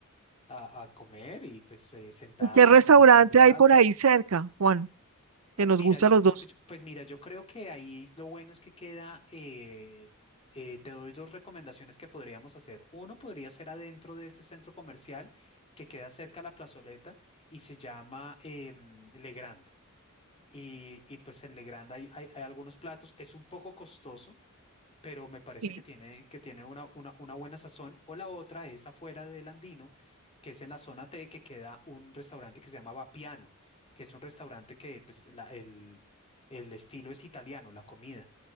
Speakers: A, on the left; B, on the right.
A: a- a comer y pues eh, sentarnos,
B: ¿Y qué restaurante
A: conversar un rato.
B: hay por ahí cerca, Juan,
A: Pues
B: que nos
A: mira,
B: gusta
A: yo,
B: a los
A: yo-
B: dos?
A: yo- pues mira, yo creo que ahí lo bueno es que queda, eh, eh, te doy dos recomendaciones que podríamos hacer. Uno podría ser adentro de ese centro comercial que queda cerca a la plazoleta y se llama em, Le Grand. Y, y pues en Le Grand hay, hay hay algunos platos, es un poco costoso pero me parece
B: Sí.
A: que tiene, que tiene una, una, una buena sazón. O la otra es afuera del Andino, que es en la zona T, que queda un restaurante que se llama Vapiano, que es un restaurante que pues, la- el, el estilo es italiano, la comida,